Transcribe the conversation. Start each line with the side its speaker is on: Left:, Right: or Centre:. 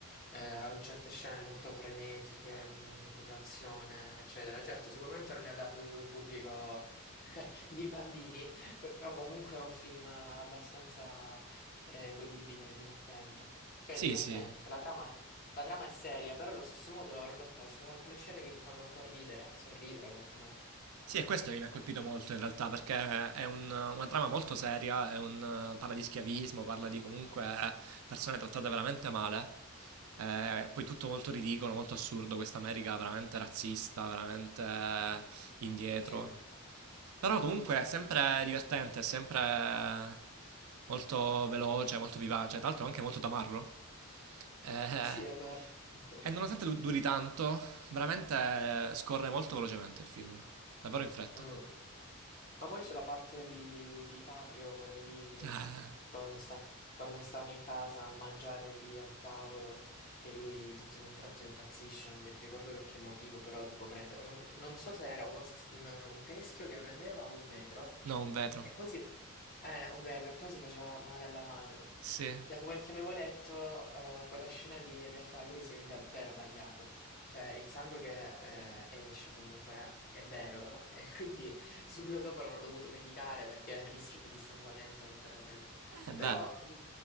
Left: eh, certe scene molto frenetiche, comunque di azione, eccetera. Certo, sicuramente non è adatto ad un pubblico <laughs> di bambini, però comunque è un film abbastanza eh, godibile, e divertente. Cioè,
Right: Sì,
Left: è divertente.
Right: sì.
Left: La trama è, la trama è seria, però allo stesso modo, non lo so, ci sono alcune scene che ti fanno un po' ridere, sorridere, quantomeno.
Right: Sì, è questo che mi ha colpito molto in realtà, perché è un- una trama molto seria, è un- parla di schiavismo, parla di comunque persone trattate veramente male. Eh, poi tutto molto ridicolo, molto assurdo, questa America veramente razzista, veramente indietro.
Left: Sì,
Right: Però comunque è sempre divertente, è sempre molto veloce, molto vivace, tra l'altro anche molto tamarro. Eh,
Left: sì, è vero. <laughs>
Right: e nonostante du- duri tanto, veramente eh, scorre molto velocemente il film. Davvero in fretta.
Left: Mm. Ma poi c'è la parte di, di Caprio, quella lì, mh,
Right: Ah,
Left: quando sta, quando stanno in casa a mangiare lì al tavolo, che lui tutto d'un tratto impazzisce, non mi ricordo per che motivo, però tipo prende, non, non so se era uno s- un, un teschio che prendeva o un vetro,
Right: no, un vetro.
Left: e poi si, eh, un vetro, e poi si faceva male alla mano.
Right: Sì.
Left: Da quel che avevo letto, eh, quella scena lì in realtà lui si è davvero tagliato. Cioè, il sangue che eh, esce comunque è vero, <laughs> e quindi <laughs> Subito dopo l'hanno dovuto medicare perché è a rischio di sanguinamento letteralmente.
Right: Eh
Left: Però
Right: beh.
Left: mm,